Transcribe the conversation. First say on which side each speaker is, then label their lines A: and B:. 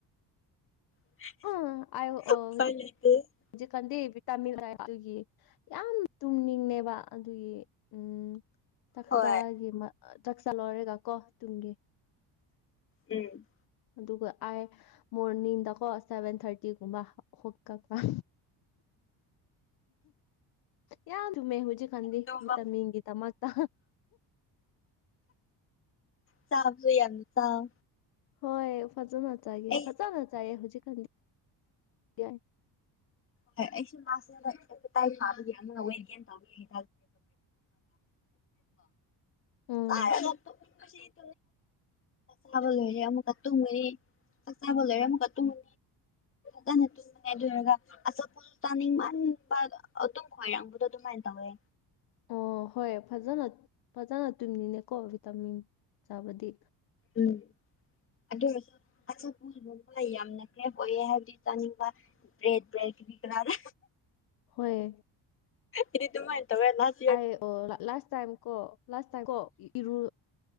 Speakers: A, on the left; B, on the left.
A: <unintelligible>
B: <unintelligible>
A: <unintelligible>
B: ꯖꯤꯛꯀꯥꯟꯗꯤ ꯕꯤꯇꯥꯃꯤꯟ ꯍꯥꯏꯗꯨꯒꯤ ꯌꯥꯝ ꯇꯨꯝꯅꯤꯡꯅꯦꯕ ꯑꯗꯨꯒꯤ ꯎꯝ꯫ ꯆꯥꯛꯆꯥꯒꯤ
A: ꯍꯣꯏ
B: ꯆꯥꯛꯆꯥ ꯂꯧꯔꯒꯀꯣ ꯇꯨꯡꯒꯤ꯫
A: ꯎꯝ
B: ꯑꯗꯨꯒ ꯑꯥꯏ ꯃꯣꯔꯅꯤꯡꯗꯀꯣ ꯁꯚꯦꯟ ꯊꯥꯔꯇꯤꯒꯨꯝꯕ ꯍꯧꯒꯠꯄ꯫ ꯌꯥꯝ ꯇꯨꯝꯃꯦ ꯍꯧꯖꯤꯛ ꯀꯥꯟꯗꯤ
A: ꯇꯨꯝꯕ
B: ꯚꯤꯇꯥꯃꯤꯟꯒꯤ ꯗꯃꯛꯇ꯫
A: ꯆꯥꯕꯁꯨ ꯌꯥꯝꯅ ꯆꯥꯎ꯫
B: ꯍꯣꯏ ꯐꯖꯅ ꯆꯥꯒꯦ
A: ꯑꯩ
B: ꯐꯖꯅ ꯆꯥꯏꯌꯦ ꯍꯧꯖꯤꯛꯀꯥꯟꯗꯤ ꯌꯥꯏ꯫
A: ꯍꯣꯏ ꯑꯩꯁꯨ ꯃꯥꯁꯦ <unintelligible> ꯐꯥꯕꯒꯤ ꯑꯃ ꯋꯦꯠꯒꯦꯟ ꯇꯧꯕꯒꯦ꯫
B: ꯎꯝ
A: <unintelligible> <unintelligible> ꯇꯨꯝꯅꯤꯡꯕꯁꯤ ꯆꯥꯕ ꯂꯣꯏꯔꯦ ꯑꯃꯨꯛꯀ ꯇꯨꯝꯒꯤꯅꯤ ꯆꯥꯛ ꯆꯥꯕ ꯂꯣꯏꯔꯦ ꯑꯃꯨꯛꯀ꯫ <unintelligible> ꯀꯟꯅ ꯇꯨꯝꯕꯅꯦ ꯑꯗꯨꯏꯔꯒ꯫ ꯑꯆꯥꯄꯣꯠꯁꯨ ꯆꯥꯅꯤꯡꯃꯟꯕ ꯑꯗꯨꯝ ꯈꯣꯏꯔꯥꯡꯕꯗꯣ ꯑꯗꯨꯃꯥꯏꯅ ꯇꯧꯋꯦ꯫
B: ꯑꯣ ꯍꯣꯏ ꯐꯖꯅ ꯐꯖꯅ ꯇꯨꯝꯅꯤꯅꯦꯀꯣ ꯚꯤꯇꯥꯃꯤꯟ ꯆꯥꯕꯗꯤ꯫
A: ꯎꯝ ꯑꯗꯨ ꯑꯣꯏꯔꯁꯨ ꯑꯆꯥꯄꯣꯠ ꯀꯨꯝꯕ ꯌꯥꯝꯅ ꯀ꯭ꯔꯦꯞ ꯑꯣꯏꯌꯦ ꯍꯥꯏꯕꯗꯤ ꯆꯥꯅꯤꯡꯕ ꯕ꯭ꯔꯦꯠꯂ ꯀ꯭ꯔꯤ ꯀꯔꯥꯔ꯫
B: ꯍꯣꯏ
A: ꯑꯩꯗꯤ ꯗꯨꯃꯥꯏ ꯇꯧꯌꯦ꯫
B: ꯑꯩ ꯑꯣ ꯂꯥꯁ ꯇꯥꯏꯝ ꯀꯣ ꯂꯥꯁ ꯇꯥꯏꯝ ꯀꯣ ꯏꯔꯨ